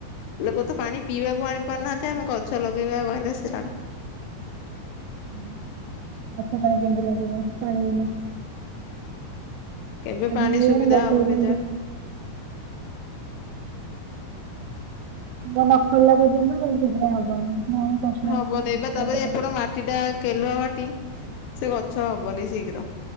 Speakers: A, on the left; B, on the right.
A: ଲୋକ ତ ପାଣି ପିଇବାକୁ ଆଣି ପାରୁନାହାନ୍ତି। କେତେ ଆମେ ଗଛ ଲଗେଇବାଉ କହିଲିଲ ସେ ସଡ
B: ହଁ ମାଛ ପାଣି କେକି ଲାଗିବ ପାଣି ପିନି
A: କେବେ ପାଣି
B: ମିଳିବନି
A: ସୁବିଧା
B: ଗଛ
A: ହବ
B: କେମିତି
A: କେଜାଣି।
B: ମ ନ ଖୋଲା ପର୍ଯ୍ୟନ୍ତ ଆ ସେଧା ହବନି <inaudible> କଷ୍ଟ
A: ହବ ନବା ତାପରେ ଏପଟ ମାଟି ଟା କେଲୁଆ ମାଟି ସେ ଗଛ ହବନି ଶୀଘ୍ର